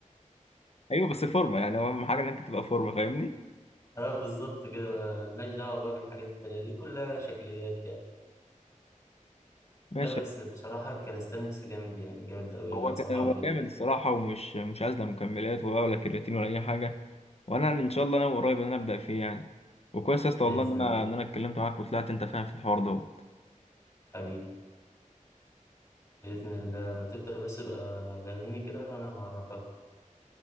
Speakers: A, on the left; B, on the left.
A: ايوه بس فورمه يعني هو اهم حاجه ان انت تبقى فورمه فاهمني
B: اه بالظبط كده ملناش دعوة بقى بالحاجات التانية دي كلها شكليات
A: ماشي
B: لا بس بصراحة كاليستانكس جامد يعني جامد أوي يعني
A: هو
B: أنصحك
A: كان هو
B: بيه جدا
A: جامد الصراحه ومش مش عايز لا مكملات ولا ولا كرياتين ولا اي حاجه وانا ان شاء الله انا قريب ان انا ابدا فيه يعني وكويس يا اسطى
B: بإذن
A: والله ان انا
B: الله
A: ان انا اتكلمت معاك وطلعت انت فاهم في الحوار دوت
B: حبيبي بإذن الله ما تبدأ بس يبقى لاغيني كده وأنا هعرفك